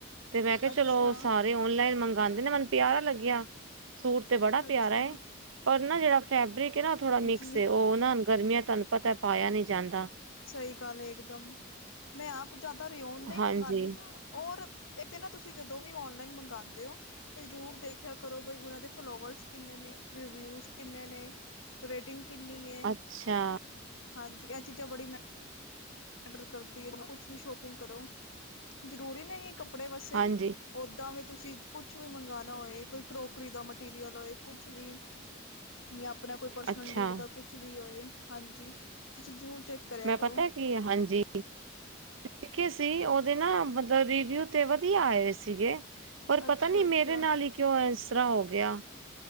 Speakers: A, on the right (about 70°); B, on the left (about 75°).
A: ਤੇ ਮੈਂ ਕਿਹਾ,
B: ਅੱਛਾ
A: ਚਲੋ ਸਾਰੇ ਔਨਲਾਈਨ ਮੰਗਾਉਂਦੇ ਨਾ ਮੈਨੂ ਪਿਆਰਾ ਲੱਗਿਆ, ਸੂਟ ਤੇ ਬੜਾ
B: ਅੱਛਾ
A: ਪਿਆਰਾ ਹੇ। ਪਰ ਨਾ, ਜਿਹੜਾ ਫੈਬਰਿਕ ਹੇ ਨਾ ਥੋੜਾ
B: ਹਾਂਜੀ
A: ਮਿਕਸ ਹੈ, ਉਹ ਉਹਨਾਂ ਗਰਮੀਆਂ ਤੁਹਾਨੂੰ ਪਤਾ ਪਾਇਆ ਨਹੀਂ ਜਾਂਦਾ।
B: ਸਹੀ ਗੱਲ ਹੈ, ਇਕਦਮ ਮੈਂ ਆਪ ਜਿਆਦਾ ਰਿਉਣ ਦਾ ਹੀ
A: ਹਾਂਜੀ
B: ਮੰਗਾਂਨੀ ਹਾਂ, ਔਰ ਇੱਕ ਤੇ ਨਾ ਤੁਸੀਂ, ਜਦੋਂ ਵੀ ਔਨਲਾਈਨ ਮੰਗਾਉਂਦੇ ਹੋ ਤੇ ਜ਼ਰੂਰ ਦੇਖਿਆ ਕਰੋ, ਬਈ ਉਹਨਾਂ ਦੇ ਫੋਲੋਵਰਸ ਕਿੰਨੇ ਨੇ, ਰਿਵਿਊਸ ਕਿੰਨੇ ਨੇ। ਰੇਟਿੰਗ ਕਿੰਨੀ ਏ,
A: ਅੱਛਾ
B: ਹਾਂਜੀ ਇਹ ਚੀਜ਼ਾਂ ਬੜੀ ਮ ਮੈਟਰ ਕਰਦੀ ਹੈ ਕੁਛ ਵੀ ਸ਼ੋਪਿੰਗ ਕਰੋ, ਜ਼ਰੂਰੀ ਨਹੀਂ ਕੱਪੜੇ ਵੈਸੀ
A: ਹਾਂਜੀ
B: ਹੀ। ਓਦਾਂ ਵੀ ਤੁਸੀਂ ਕੁਛ ਵੀ ਮੰਗਉਣਾ ਹੋਏ, ਕੋਈ ਕ੍ਰੋਕਰੀ ਦਾ ਮਟੀਰੀਅਲ ਹੋਏ, ਕੁਛ ਵੀ। ਜਾਂ ਆਪਣਾ ਕੋਈ ਪਰਸਨਲ
A: ਅੱਛਾ,
B: ਨੀਡ ਦਾ ਕੁਛ ਵੀ ਹੋਏ, ਹਾਂਜੀ, ਤੁਸੀਂ ਜ਼ਰੂਰ ਚੈੱਕ ਕਰਿਆ
A: ਮੈਂ
B: ਕਰੋ
A: ਪਤਾ ਕੀ ਹਾਂਜੀ ਦੇਖੇ ਸੀ, ਉਹਦੇ ਨਾ ਮਤਲਬ ਰੀਵਿਊ ਤੇ ਵਧੀਆ ਆਏ ਸੀਗੇ। ਪਰ
B: ਅੱਛਾ-ਅੱਛਾ।
A: ਪਤਾ ਨੀ ਮੇਰੇ ਨਾਲ ਹੀ ਕਿਉਂ ਇਸ ਤਰ੍ਹਾਂ ਹੋ ਗਿਆ।